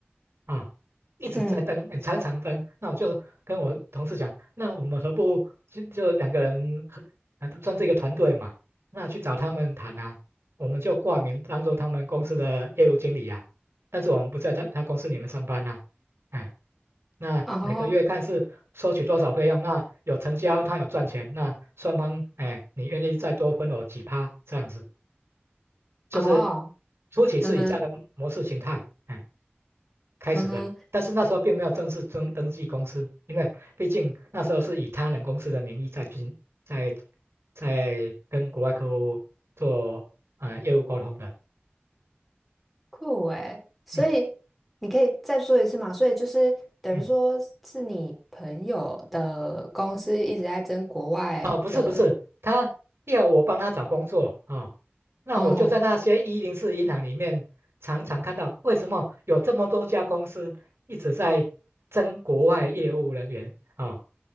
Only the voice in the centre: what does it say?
嗯，
哦
哦，
嗯哼
嗯哼。
酷诶，所以你可以再说一次嘛？
所以就是等于说是你朋友的公司一直在争国外的，
哦，